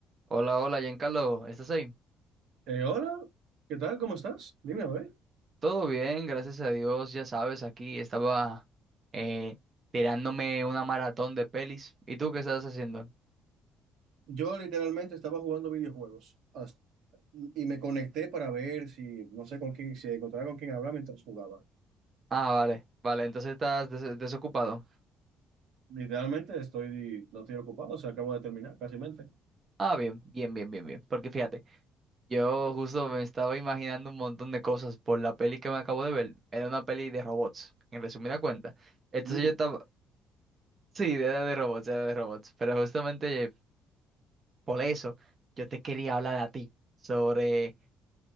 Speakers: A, on the right; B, on the right.
A: Hola, hola, Giancarlo, ¿estás ahí?
B: Eh, hola, ¿qué tal? ¿Cómo estás? Dime a ver.
A: Todo bien, gracias a Dios, ya sabes, aquí estaba eh, tirándome una maratón de pelis. ¿Y tú qué estás haciendo?
B: Yo literalmente estaba jugando videojuegos hasta- y me conecté para ver si, no sé con quién, si encontraba con quién hablar mientras jugaba.
A: Ah, vale, vale, entonces estás des- desocupado.
B: Literalmente estoy, no estoy ocupado, o sea, acabo de terminar, casi mente.
A: Ah, bien, bien, bien, bien, bien, porque fíjate, yo justo me estaba imaginando un montón de cosas por la peli que me acabo de ver. Era una peli de robots, en resumida cuenta. Entonces
B: Mm.
A: yo estaba, sí, era de robots, era de robots, pero justamente por eso yo te quería hablar a ti sobre